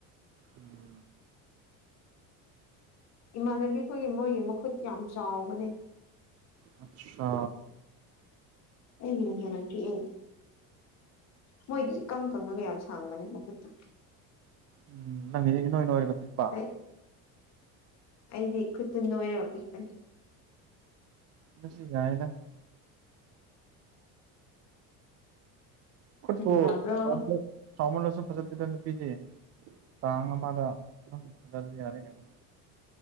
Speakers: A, on the right (about 45°); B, on the left (about 50°).
A: ꯎꯝ
B: ꯏꯃꯥꯟꯅꯕꯤ ꯈꯣꯏꯒꯤ ꯃꯣꯏꯒꯤ ꯃꯈꯨꯠꯇꯤꯌꯥꯝ ꯆꯥꯎꯕꯅꯦ
A: ꯑꯁꯁꯥ
B: ꯑꯩꯒꯤꯅ ꯌꯥꯝ ꯄꯤꯛꯑꯦ ꯃꯣꯏꯗꯤ ꯏꯀꯪ ꯀꯪꯉꯒ ꯌꯥꯝ ꯁꯥꯡꯕꯅꯦ ꯃꯈꯨꯠꯇꯣ
A: ꯎꯝ ꯅꯪꯒꯤꯗꯤ ꯏꯅꯣꯏ ꯅꯣꯏꯔꯒ ꯄꯤꯛꯄ
B: ꯑꯩ ꯑꯩꯗꯤ ꯈꯨꯠꯇꯨ ꯅꯣꯏꯔꯒ ꯄꯤꯛꯄꯅꯤ
A: ꯉꯁꯤ ꯌꯥꯏꯅ <unintelligible>
B: ꯀꯔꯤ ꯌꯥꯕ꯭ꯔꯣ
A: ꯆꯥꯎꯃꯜꯂꯁꯨ ꯐꯖꯗꯦꯗ ꯅꯨꯄꯤꯗꯤ ꯆꯥꯡ ꯑꯃꯗ ꯐꯖ ꯌꯥꯔꯦ ꯀꯩꯅꯣ